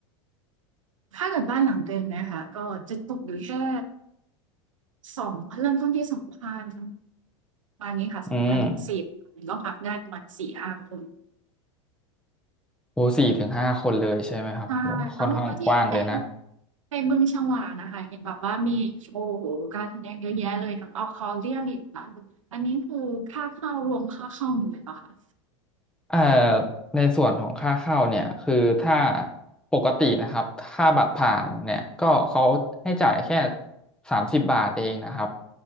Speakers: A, on the right; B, in the centre.
A: ถ้าเกิดบ้านหลังเต็มนะคะก็จะตกอยู่แค่สองเริ่มต้นที่สองพันประานี้ค่ะสองพันถึงสี่พันก็พักได้ประมาณสี่ห้าคน
B: อืมโอ้สี่ถึงห้าคนเลยใช่ไหมครับโอ้ค่อนข้างกว้างเลยนะ
A: ใช่แล้วแล้วที่ไปไปบึงฉวากน่ะค่ะเห็นแบบว่ามีโอ้โฮการแสดงเยอะแยะเลยทั้ง Accordion อีกค่ะอันนี้คือค่าเข้ารวมค่าเข้าหมดเลยเปล่าคะ
B: เอ่อในส่วนของค่าเข้าเนี่ยคือถ้าปกตินะครับค่าบัตรผ่านเนี่ยก็เขาให้จ่ายแค่สามสิบบาทเองนะครับ